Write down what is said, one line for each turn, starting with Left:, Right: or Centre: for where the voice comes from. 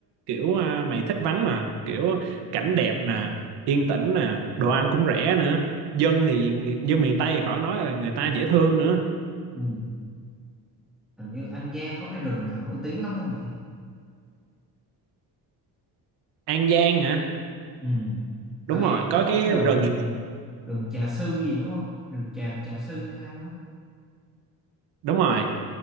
Right: kiểu à, mày thích vắng mà kiểu cảnh đẹp nè yên tĩnh nè đồ ăn cũng rẻ nữa dân thì dân miền Tây thì khỏi nói rồi người ta dễ thương nữa
Centre: ừ. Hình như An Giang có cái rừng nào nổi tiếng lắm đúng không mày?
Right: An Giang hả
Centre: Ừ,
Right: đúng
Centre: tao nghe
Right: rồi
Centre: nó
Right: có
Centre: có
Right: cái
Centre: cái rừng
Right: rừng
Centre: rừng trà sư gì đúng không? Rừng tràm trà sư hay sao á.
Right: đúng rồi